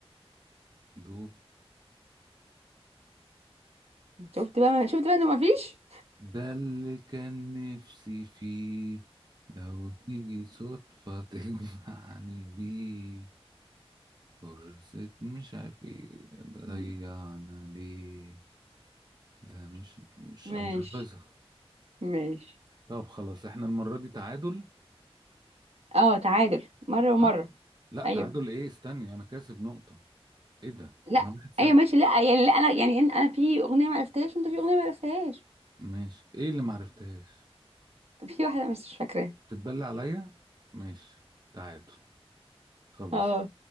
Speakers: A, on the right; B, on the right.
A: دوب
B: شفت بقى شفت بقى انه ما فيش
A: ده اللي كان نفسي فيه لو تيجي صدفة تجمعني بيه فرصة مش عارف ايه ضيعنا
B: <laughs>
A: ليه ده مش مش
B: ماشي
A: انا مش حافظها
B: ماشي
A: طب خلاص احنا المرة دي تعادل
B: اه تعادل مرة ومرة
A: صح؟ لا تعادل
B: ايوه
A: ايه استني انا كاسب نقطة ايه ده
B: لا
A: انا واحد صفر
B: ايوه ماشي لا يعني لا انا يعني إن- انا في اغنيه ما عرفتهاش وانت في اغنيه ما عرفتهاش
A: ماشي ايه اللي معرفتهاش
B: في واحده بس مش فاكراها
A: تتبلى عليا ماشي تعادل خلاص
B: اه